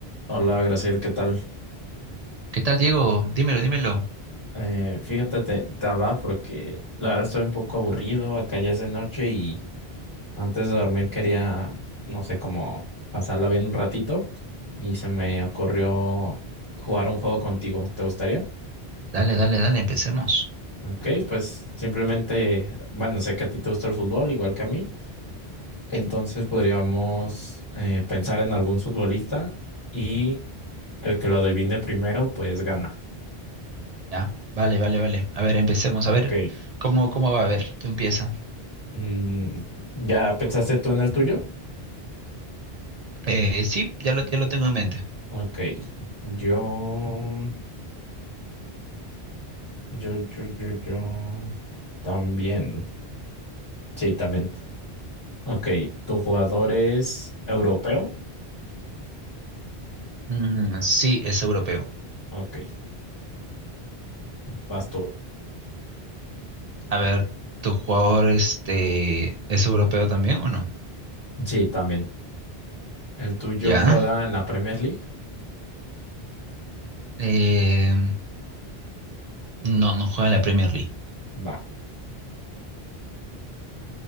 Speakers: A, on the left; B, on the right.
A: Hola, Graciel, ¿qué tal?
B: ¿Qué tal, Diego? Dímelo, dímelo.
A: Eh, fíjate, te, te hablaba porque la verdad estoy un poco aburrido, acá ya es de noche y antes de dormir quería, no sé, como pasarla bien un ratito y se me ocurrió jugar un juego contigo, ¿te gustaría?
B: Dale, dale, dale, empecemos.
A: Ok, pues simplemente, bueno, sé que a ti te gusta el fútbol, igual que a mí, entonces podríamos eh, pensar en algún futbolista y el que lo adivine primero, pues gana.
B: Ya, vale, vale, vale. A ver, empecemos.
A: Ok.
B: A ver, ¿cómo, cómo va? A ver, tú empieza.
A: Mm, ¿ya pensaste tú en el tuyo?
B: Eh, sí, ya lo, ya lo tengo en mente.
A: Ok, yo, yo, yo, yo, yo, también. Sí, también. Ok, ¿tu jugador es europeo?
B: Mm, sí, es europeo.
A: Ok, vas tú.
B: A ver, ¿tu jugador este, es europeo también o no?
A: Sí, también. ¿El tuyo
B: Ya.
A: juega en la Premier League?
B: Eh, no, no juega en la Premier League.
A: Va.